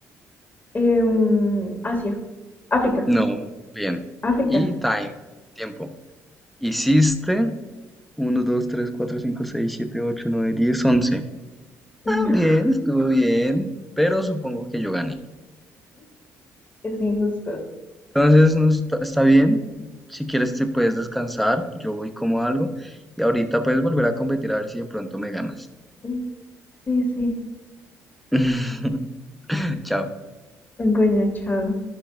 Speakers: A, on the left; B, in the centre.
A: em, Asia, África,
B: No, bien.
A: África.
B: Y time, tiempo. Hiciste uno, 2, 3, 4, 5, 6, 7, 8, 9, 10, 11.
A: <laughs>
B: Ah, bien, estuvo bien, pero supongo que yo gané.
A: Es injusto.
B: Entonces, no está, está bien. Si quieres te puedes descansar, yo voy como algo y ahorita puedes volver a competir a ver si de pronto me ganas.
A: Mm, Sí, sí.
B: <laughs> Chao.
A: Bueno, chao.